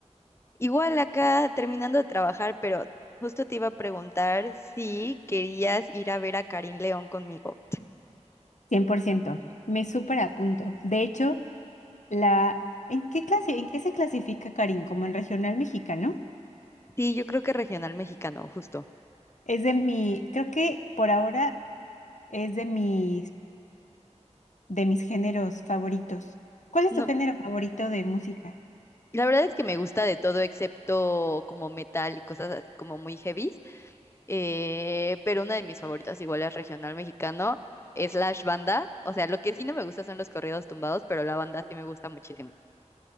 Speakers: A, on the left; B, on the left.
A: Igual acá terminando de trabajar, pero justo te iba a preguntar si querías ir a ver a Karim León conmigo.
B: 100%. Me súper apunto. De hecho, la... ¿En qué clase... ¿En qué se clasifica Karin? ¿Como en regional mexicano?
A: Sí, yo creo que regional mexicano, justo.
B: Es de mi... Creo que por ahora es de mis... de mis géneros favoritos. ¿Cuál es
A: No,
B: tu género favorito de música?
A: la verdad es que me gusta de todo excepto como metal y cosas así como muy heavies, eh, pero una de mis favoritas igual es regional mexicano, slash banda. O sea, lo que sí no me gusta son los corridos tumbados, pero la banda sí me gusta muchísimo.